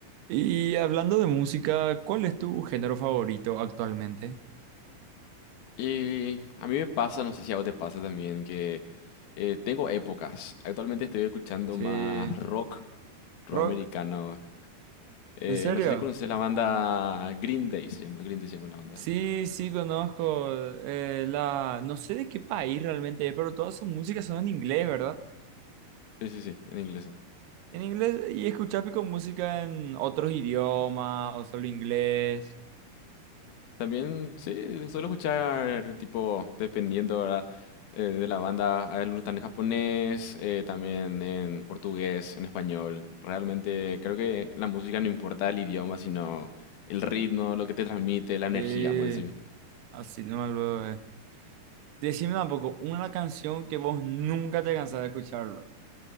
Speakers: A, on the right; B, on the left.
A: Y hablando de música, ¿cuál es tu género favorito actualmente?
B: Y a mí me pasa, no sé si a vos te pasa también, que eh, tengo épocas. Actualmente estoy escuchando
A: Sí,
B: más rock, rock
A: rock,
B: americano. Eh,
A: ¿en serio?
B: no sé si conoces la banda Green Day, se llama, Green Day se llama la banda.
A: Sí, sí, conozco eh, la... No sé de qué país realmente es, pero todas sus músicas son en inglés, ¿verdad?
B: Sí, sí, sí, en inglés.
A: En inglés, y escuchar pico música en otros idiomas o solo inglés.
B: También, sí, suelo escuchar, tipo, dependiendo, ¿verdad? eh, de la banda, hay algunos están en japonés, eh, también en portugués, en español. Realmente creo que la música no importa el idioma, sino el ritmo, lo que te transmite, la energía,
A: De...
B: vamos a decir.
A: Así no me lo eh. Decime tampoco una canción que vos nunca te cansás de escucharlo.